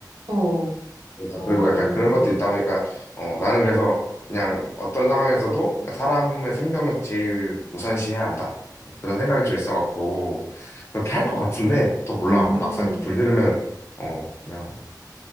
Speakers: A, on the right; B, on the left.
A: 어.
B: 그러다-
A: 아,
B: 그리고 약간 그런 것도 있다 보니까, 어, 나는 그래서 그냥 어떤 상황에서도 사람의 생명을 제일 우선시해야 한다? 그런 생각이 좀 있어갖고, 그렇게 할 것 같은데, 또 몰라.
A: 음,
B: 근데 막상 불 들으면, 어, 그냥